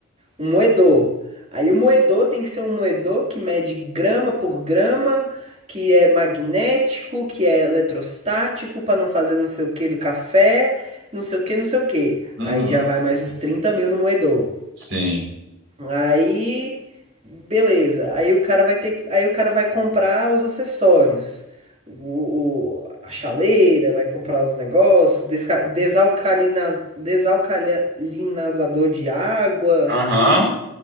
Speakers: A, on the right (about 30°); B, on the right (about 60°).
A: Um moedor. Aí o moedor tem que ser um moedor que mede grama por grama, que é magnético, que é eletrostático, para não fazer não sei o que do café, não sei o que, não sei o que.
B: Uhum.
A: Aí já vai mais uns trinta mil no moedor.
B: Sim.
A: Aí, beleza. Aí o cara vai ter, que- aí o cara vai comprar os acessórios. O, o- a chaleira, vai comprar os negócios, desca- desalcalina- desalcalinazador de água.
B: Aham.